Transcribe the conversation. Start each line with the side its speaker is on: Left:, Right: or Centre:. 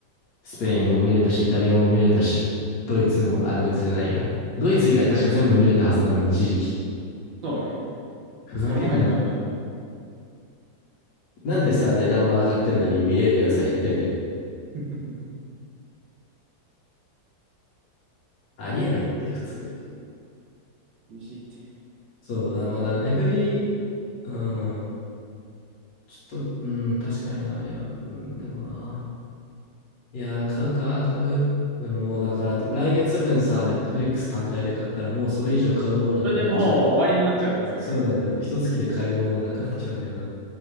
Left: スペインも見れたし、イタリアも見れたし、ドイツも、あ、ドイツじゃないや。ドイツ以外確か全部見れたはずなのに、一時期。
Right: そうね。
Left: ふざけんなよ。
Right: 俺も入ったんだと。
Left: なんでさ、値段は上がってんのに見れるやつは減ってんだよ。
Right: <laughs>
Left: ありえないって、普通に。
Right: 厳しいって。
Left: そうだ、まだね、フリー、うん、ちょっと、うん、確かにな、いや、うん、でもな。いやー、買うか、買う。でももうだから、来月分さ、ネットフリックス単体で買ったら、もうそれ以上買うものがなくなっちゃう。
Right: それでもう終わりになっちゃうんですよね。
Left: そうなんだよね。もう一月で買えるものなくなっちゃうんだよな。